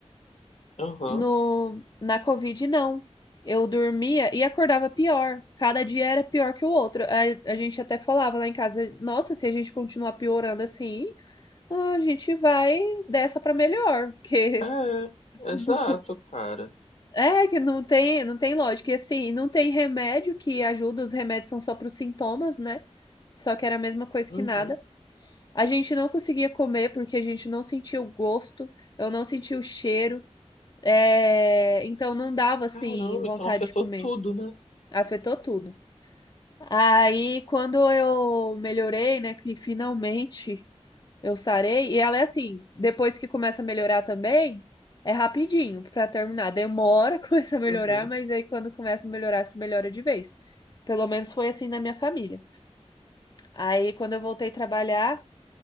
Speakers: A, on the left; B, on the left.
A: Aham.
B: No, na Covid, não. Eu dormia e acordava pior. Cada dia era pior que o outro. A, a gente até falava lá em casa, nossa, se a gente continuar piorando assim, a gente vai dessa pra melhor, porque
A: É,
B: <laughs> não,
A: exato, cara.
B: é que não tem, não tem lógica. E assim, não tem remédio que ajuda, os remédios são só pros sintomas, né? Só que era a mesma coisa que
A: Uhum.
B: nada. A gente não conseguia comer porque a gente não sentia o gosto, eu não sentia o cheiro. É, então não dava assim
A: Caramba,
B: vontade
A: então afetou
B: de comer.
A: tudo, né?
B: Afetou tudo. Aí quando eu melhorei, né, que finalmente eu sarei, e ela é assim, depois que começa a melhorar também, é rapidinho pra terminar. Demora, <laughs> começa a melhorar,
A: Uhum.
B: mas aí quando começa a melhorar, se melhora de vez. Pelo menos foi assim na minha família. Aí quando eu voltei a trabalhar,